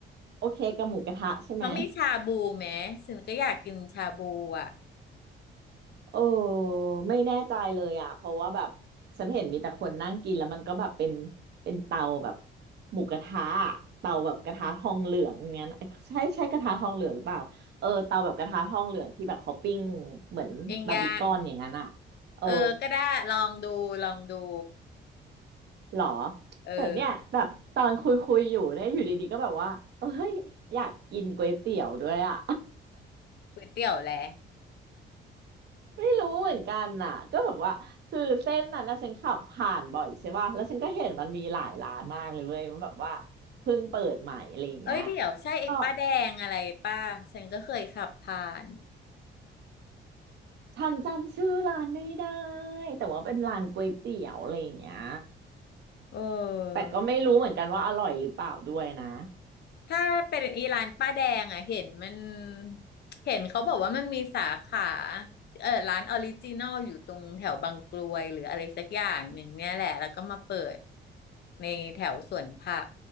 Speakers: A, on the right; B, on the left.
A: โอเคกับหมูกระทะใช่ไหม
B: เขามีชาบูไหมฉันก็อยากกินชาบูอ่ะ
A: เออไม่แน่ใจเลยอ่ะเพราะว่าแบบฉันเห็นมีแต่คนนั่งกินแล้วมันก็แบบเป็นเป็นเตาแบบหมูกระทะอะเตาแบบกระทะทองเหลืองอย่างเงี้ยนะใช่ใช่กระทะทองเหลืองหรือเปล่าเออเตาแบบกระทะทองเหลืองที่แบบเขาปิ้งเหมือนบาร์บีคอนอย่างนั้นอ่ะ
B: ย่างย่าง
A: เออ
B: เออก็ได้ลองดูลองดู
A: หรอ
B: เออ
A: แต่เนี่ยแบบตอนคุยคุยอยู่เนี่ยอยู่ดีๆก็แบบว่าเอ้ยอยากกินก๋วยเตี๋ยวด้วยอ่ะ
B: ก๋วยเตี๋ยวแหละ
A: ไม่รู้เหมือนกันน่ะก็แบบว่าคือเส้นนั้นนะฉันขับผ่านบ่อยใช่ป่ะแล้วฉันก็เห็นมันมีหลายร้านมากเลยเว้ยมันแบบว่าเพิ่งเปิดใหม่อะไรอย่างเงี้ย
B: เอ้ยเดี๋ยวใช่ไอ้ป้าแดงอะไรป้าฉันก็เคยขับผ่าน
A: ก็ฉันจำชื่อร้านไม่ได้แต่ว่าเป็นร้านก๋วยเตี๋ยวอะไรอย่างเงี้ย
B: เออ
A: แต่ก็ไม่รู้เหมือนกันว่าอร่อยหรือเปล่าด้วยนะ
B: ถ้าเป็นอีร้านป้าแดงอ่ะเห็นมันเห็นเขาบอกว่ามันมีสาขาเออร้านออริจินอลอยู่ตรงแถวบางกรวยหรืออะไรสักอย่างหนึ่งเนี่ยแหละแล้วก็มาเปิดในแถวสวนผัก